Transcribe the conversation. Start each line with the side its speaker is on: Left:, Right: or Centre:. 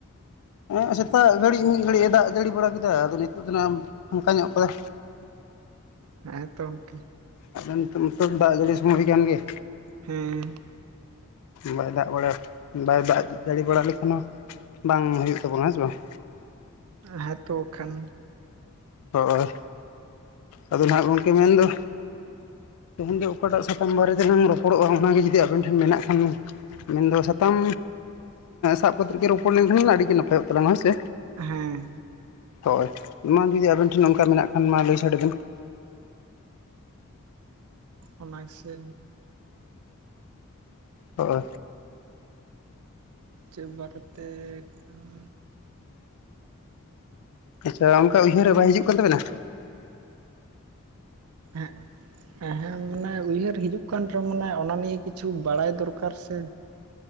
Left: ᱮᱸ ᱥᱮᱛᱟᱜ ᱜᱷᱟᱹᱲᱤᱡ ᱢᱤᱜ ᱜᱷᱟᱹᱲᱤᱡ ᱮ ᱫᱟᱜ ᱡᱟᱹᱲᱤ ᱵᱟᱲᱟ ᱠᱮᱫᱟ ᱟᱫᱚ ᱱᱤᱛᱚᱜ ᱫᱚ ᱱᱟ ᱯᱟᱠᱟ ᱧᱚᱜ ᱠᱟᱫᱟ᱾
Right: ᱦᱮᱸ ᱛᱚ ᱜᱚᱝᱠᱮ
Left: ᱟᱫᱚ ᱱᱤᱛᱚᱜ ᱢᱟᱛᱚ ᱫᱟᱜ ᱡᱟᱹᱲᱤ ᱥᱚᱢᱚᱭ ᱠᱟᱱ ᱜᱮᱭᱟ᱾
Right: ᱦᱩᱸ
Left: ᱵᱟᱭ ᱫᱟᱜ ᱵᱟᱲᱟ ᱵᱟᱭ ᱫᱟᱜ ᱡᱟᱹᱲᱤ ᱵᱟᱲᱟ ᱞᱮᱠᱷᱟᱱ ᱦᱚᱸ ᱵᱟᱝ ᱦᱩᱭᱩᱜ ᱛᱟᱵᱚᱱᱟ ᱦᱮᱸᱥᱮ ᱵᱟᱝ᱾
Right: ᱦᱮᱸ ᱛᱚ ᱟᱠᱷᱟᱱ᱾
Left: ᱦᱚᱭ ᱟᱫᱚ ᱱᱟᱦᱟᱜ ᱜᱚᱝᱠᱮ ᱢᱮᱱᱫᱚ ᱛᱮᱦᱧ ᱫᱚ ᱚᱠᱟᱴᱟᱜ ᱥᱟᱛᱟᱢ ᱵᱟᱨᱮ ᱛᱮᱞᱟᱝ ᱨᱚᱯᱚᱲᱚᱜᱼᱟ ᱚᱱᱟᱜᱮ ᱡᱩᱫᱤ ᱟᱵᱮᱱ ᱴᱷᱮᱱ ᱢᱮᱱᱟᱜ ᱠᱷᱟᱱ ᱢᱮᱱᱫᱚ ᱥᱟᱛᱟᱢ ᱥᱟᱵ ᱮᱸ ᱠᱟᱛᱮᱫ ᱜᱮ ᱨᱚᱯᱚᱲ ᱞᱮᱱᱠᱷᱟᱱ ᱜᱮ ᱟᱹᱰᱤᱜᱮ ᱱᱟᱯᱟᱭᱚᱜ ᱛᱟᱞᱟᱝᱟ ᱦᱳᱭᱥᱮ᱾
Right: ᱦᱮᱸ᱾
Left: ᱦᱚᱭ ᱢᱟ ᱡᱩᱫᱤ ᱟᱵᱮᱱ ᱴᱷᱮᱱ ᱚᱱᱠᱟ ᱢᱮᱱᱟᱜ ᱠᱷᱟᱱ ᱢᱟ ᱞᱟᱹᱭ ᱥᱟᱰᱮ ᱵᱮᱱ ᱾
Right: ᱚᱱᱟ ᱜᱮ ᱥᱮ
Left: ᱦᱚᱜᱼᱚ
Right: ᱪᱮᱜ ᱵᱟᱨᱛᱮ ᱟᱸ
Left: ᱟᱪᱪᱷᱟ ᱚᱝᱠᱟ ᱩᱭᱦᱟᱹᱨ ᱨᱮ ᱵᱟᱭ ᱦᱤᱡᱩᱜ ᱠᱟᱱ ᱛᱟᱵᱮᱱᱟ?
Right: <unintelligible> ᱢᱟᱱᱮ ᱩᱭᱦᱟᱹᱨ ᱦᱤᱡᱩᱜ <unintelligible> ᱚᱱᱟ ᱱᱤᱭᱮ ᱠᱤᱪᱷᱩ ᱵᱟᱲᱟᱭ ᱫᱚᱨᱠᱟᱨ ᱥᱮ᱾